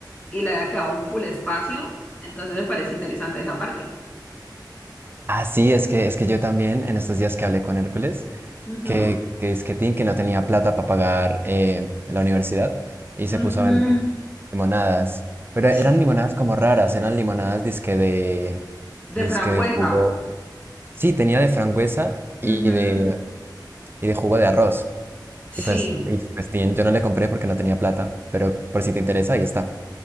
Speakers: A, on the left (about 15°); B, on the right (about 30°).
A: y le había quedado un full espacio. Entonces me parece interesante esa parte.
B: ah, sí, es que, es que yo también en estos días que hablé con Hércules,
A: Ujú.
B: que, que es que Tim, que no tenía plata para pagar eh, la universidad y se
A: Ujú.
B: puso a vender limonadas, pero
A: Sí.
B: eran limonadas como raras, eran limonadas disque de, disque
A: De frambuesa.
B: de jugo, sí, tenía de frangüesa y
A: Ujú.
B: de, y de jugo de arroz.
A: Sí.
B: Y pues, y pues, Tim, yo no le compré porque no tenía plata, pero por si te interesa, ahí está.